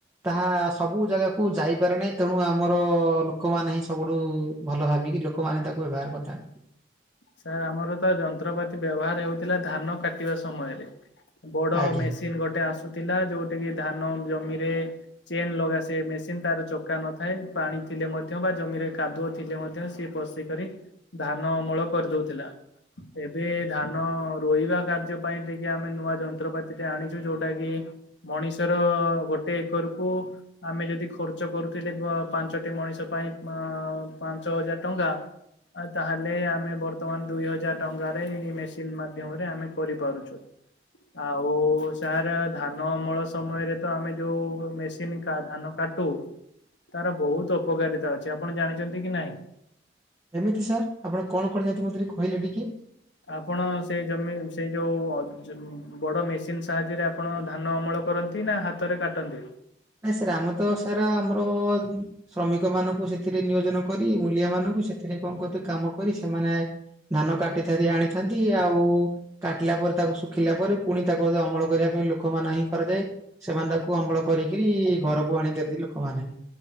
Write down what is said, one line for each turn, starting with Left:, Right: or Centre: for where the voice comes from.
Right: ତାହା ସବୁ ଜାଗାକୁ ଯାଇପାରେ ନାହିଁ। ତେଣୁ ଆମର ଲୋକମାନେ ହିଁ ସବୁଠୁ ଭଲ ଭାବିକି ଲୋକମାନେ ତାକୁ ବ୍ୟବହାର କରିଥାନ୍ତି।
Left: ସାର୍ ଆମର ତ ଯନ୍ତ୍ରପାତି ବ୍ୟବହାର ହୋଉଥିଲା ଧାନ କାଟିବା ସମୟରେ ବଡ
Right: ଆଜ୍ଞା
Left: ମେସି ଗୋଟେ ଆସୁଥିଲା ଯୋଉଟା କିି ଧାନ ଜମିରେ ଚେନ ଲଗା ସେ ମେସିନ ତାର ଚକା ନଥାଏ। ପାଣି ଥିଲେ ମଧ୍ୟ ବା ଜମିରେ କାଦୁଅ ଥିଲେ ମଧ୍ୟ ସେ ପସିକରି ଧାନ ଅମଳ କରିଦୋଉଥିଲା। ଏବେ ଧାନ ରୋଇବା କାର୍ଯ୍ୟ ପାଇଁ ଟିକିଏ ଆମେ ନୂଆ ଯନ୍ତ୍ରପାତିଟେ ଆଣିଚୁ ଯୋଉଟା କି ମଣିଷର ଗୋଟେ ଏକରକୁ ଆମେ ଯଦି ଖର୍ଚ୍ଚ କରୁଥିଲେ ଗା ପାଞ୍ଚଟି ମଣିଷ ପାଇଁ ଆ ପାଞ୍ଚ ହଜାର ଟଙ୍କା ଆ ତାହେଲେ ଆମେ ବର୍ତ୍ତମାନ ଦୁଇ ହଜାର ଟଙ୍କାରେ ଏଇ ମେସିନ ମାଧ୍ୟମରେ ଆମେ କରିପାରୁଚୁ। ଆଉ ସାର୍ ଧାନ ଅମଳ ସମୟରେ ତ ଆମେ ଯୋଉ ମେଶ୍ କା ଧାନ କାଟୁ ତାର ବହୁତ ଅପକାରିତା ଅଛି ଆପଣ ଜାଣିଛନ୍ତି କି ନାହିଁ?
Right: କେମିତି ସାର୍? ଆପଣ କଣ କଣ କରିଛନ୍ତି ମତେ କହିଲେ ଟିକେ।
Left: ଆପଣ ସେ ଜମି ସେ ଯେଉଁ ଜ ବଡ଼ ମେସିନ୍ ସାହାଯ୍ୟରେ ଆପଣ ଧାନ ଅମଳ କରନ୍ତି? କି ନା ହାତରେ କାଟନ୍ତି?
Right: ନାଇଁ ସାର୍ ଆମେ ତ ଆମର ତ ସାର୍ ଆମର ଶ୍ରମିକ ମାନଙ୍କୁ ସେଥିରେ ନିୟୋଜନ କରି ମୁଲିଆ ମାନଙ୍କୁ ସେଥିରେ କଣ କଅତି କାମ କରି ସେମାନେ ଧାନ କାଟିସାରି ଆଣିଥାନ୍ତି। ଆଉ କାଟିଲା ପରେ ତାକୁ ଶୁ ରଖିଲା ପରେ ପୁଣି ତାକୁ ଅମଳ କରିବା ପାଇଁ ଲୋକମାନେ ହିଁ କରାଯାଏ। ସେମାନେ ତାକୁ ଅମଳ କରି ଇ ଘରକୁ ଆଣିଦିଅନ୍ତି ଲୋକମାନେ।